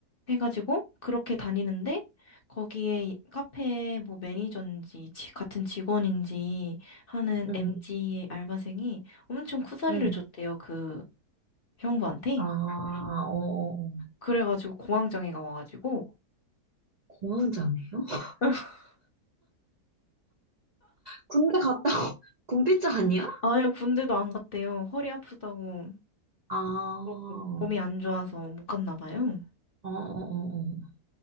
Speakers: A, on the left (about 45°); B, on the right (about 50°).
A: 해가지고 그렇게 다니는데 거기에 이 카페 뭐 매니저인지 지- 같은 직원인지 하는
B: 응,
A: MG의 알바생이 엄청 쿠사리를
B: 응,
A: 줬대요. 그 형부한테.
B: 아, 어, 어, 어.
A: 그래가지고 공황장애가 와가지고
B: 공황장애요? <laughs>
A: <laughs>
B: 군대 갔다 오- <laughs> 군비자 아니야?
A: 아예 군대도 안 갔대요. 허리 아프다고.
B: 아, 어,
A: 뭐 몸이 안 좋아서 못 갔나 봐요.
B: 어, 어, 어.